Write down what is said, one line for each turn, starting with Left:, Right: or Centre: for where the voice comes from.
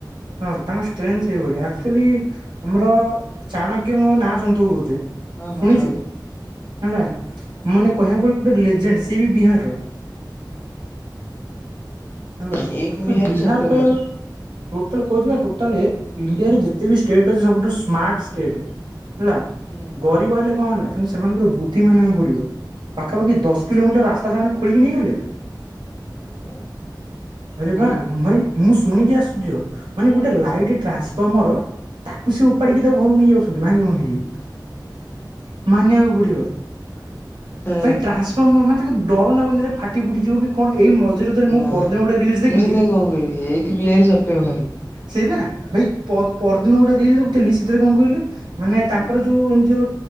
Right: ହଁ ତାଙ୍କର ଷ୍ଟ୍ରେନ୍ଥ ସେଇଭଳିଆ ଆକ୍ଚୁଆଲି ଆମର ଚାଣକ୍ୟଙ୍କ ନାଁ ଶୁଣିଥିବୁ ବୋଧେ।
Left: ହଁ ହଁ
Right: ଶୁଣିଛୁ
Left: ଚାଣକ୍ୟ।
Right: ହେଲା ମାନେ କହିବାକୁ ଗଲେ। ଗୋଟେ ଲେଜେଣ୍ଡ ସିଏ ବି ବିହାରରୁ
Left: ହୁଁ।
Right: ହେଲା
Left: ଏକ
Right: ତ
Left: ବିହାରୀ
Right: ବିହାର
Left: ସବପେ
Right: କଲ
Left: ଭାରୀ।
Right: ଟୋଟାଲ କହୁଚିପା ଟୋଟାଲ ଇଣ୍ଡିଆରେ ଯେତେ ବି ଷ୍ଟେଟ୍ ଅଛି ସବୁଠୁ ସ୍ମାର୍ଟ ଷ୍ଟେଟ୍ ହେଲା
Left: ହୁଁ
Right: ଗରିବ ହେଲେ କଣ ହେଲା? ତେଣୁ ସେମାନଙ୍କ ବୁଦ୍ଧି ମାନିବାକୁ ପଡିବ।
Left: ହୁଁ
Right: ପାଖାପାଖି ଦଶ କିଲୋମିଟର ରାସ୍ ତା ସାଙ୍ଗରେ ଖୋଳିିକ ନେଇଗଲେ।
Left: ହଁ ବା ଚୋରି
Right: ଆରେ
Left: କରିକି।
Right: ବା ମୁ ମୁଁ <unintelligible> ମାନେ ଗୋଟେ ଲାଇଟ୍ ଟ୍ରାନ୍ସଫର୍ମର ତାକୁ ସେ ଉପାଡିକି ତାକୁ ଘରୁକୁ ନେଇ ଯାଉଛନ୍ତି ଭାଙ୍ଗି ଭୁଙ୍ଗିକି। <inaudible> ମାନିବାକୁ ପଡିବ <inaudible>
Left: ହଁ
Right: ଏଇ ଟ୍ରାନ୍ସଫର୍ମର ମାନେ? ତା ଡର ନାଗୁନି କିରେ ଫାଟି ଫୁଟିଯିବ କି କଣ? ଏଇ ମନ୍ଦିରରେ ମୁଁ
Left: ହ ମୁଁ
Right: ପରଦିନ ଗୋଟେ ରିଲସ ଦେଖିଲି
Left: ସେଥିାଇଁ କଣ କହିବି ଏଇକି ବିହାରୀ ସବସେ ଭାରି
Right: ସେଇ ବା ଭାଇ ପର ପରଦିନ ଗୋଟେ ରିଲ <inaudible> ସେରେ କଣ କହିଲୁ ମାନେ
Left: ହୁଁ
Right: ତାଙ୍କର ଯୋଉ ଏନ ଜି ଓ